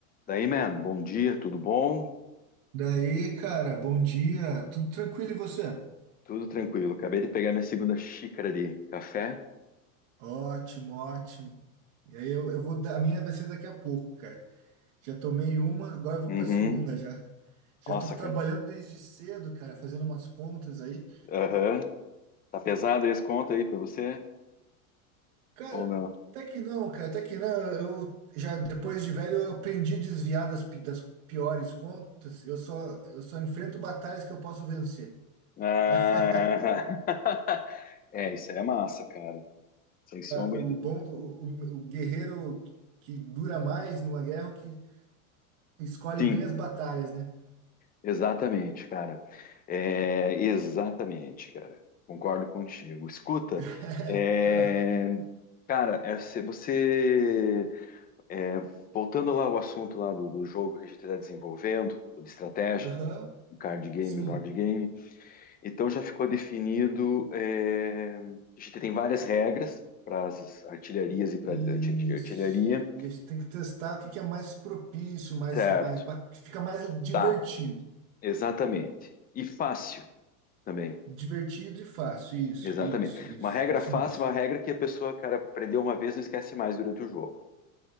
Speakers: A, on the left; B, on the right.
A: Daí, man, bom dia, tudo bom?
B: Daí, cara, bom dia. Tudo tranquilo e você?
A: Tudo tranquilo. Acabei de pegar minha segunda xícara de café.
B: Ótimo, ótimo. E aí eu, eu vou dar, a minha vai ser daqui a pouco, cara. Já tomei uma, agora eu vou
A: Uhum.
B: pra segunda já. Já
A: Nossa,
B: tô trabalhando
A: cara.
B: desde cedo, cara, fazendo umas contas aí.
A: Aham. Tá pesado esse conto aí pra você?
B: Cara,
A: Ou não?
B: tá que não, cara, tá que não. Eu já depois de velho eu aprendi a desviar das, pi- das piores contas. Eu só eu só enfrento batalhas que eu posso vencer.
A: Ah...
B: <laughs>
A: <laughs> É, isso aí é massa, cara. Sem sombra
B: o
A: de...
B: bom do o, o guerreiro que dura mais numa guerra é o que Escolhe
A: Sim,
B: bem as batalhas, né?
A: exatamente, cara. É, exatamente, cara. Concordo contigo. Escuta,
B: <laughs>
A: é...
B: Ah,
A: cara, é, se você É, voltando lá ao assunto lá do, do jogo que a gente está desenvolvendo, ou de estratégia,
B: Aham,
A: o card game,
B: sim.
A: o board game. Então já ficou definido, é, a gente tem várias regras para as artilharias e para
B: Isso.
A: artilharia.
B: E a gente tem que testar o que que é mais propício, mais,
A: Certo,
B: mais, ba- que fica mais divertido.
A: tá, exatamente. E fácil também,
B: Divertido e fácil. Isso,
A: exatamente.
B: isso, isso,
A: Uma regra
B: isso
A: fácil,
B: mesmo.
A: uma regra que a pessoa, cara, aprendeu uma vez e não esquece mais durante o jogo,